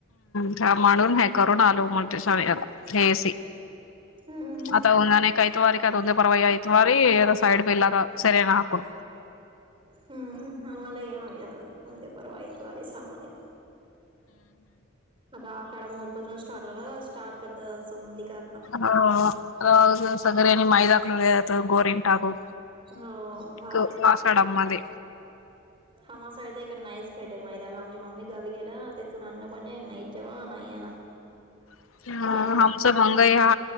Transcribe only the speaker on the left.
म्हणून हे करून आलू म्हण हेसी
आता उन्हा ऐत वारी क उद्या परावाय ऐत वारीदा सईड पिल्लादा सरय ना हकून
हो सगर आणि मैदाकलात गोरनटाकू
क वासडमध्ये
ह ह
आमचं मंगई हा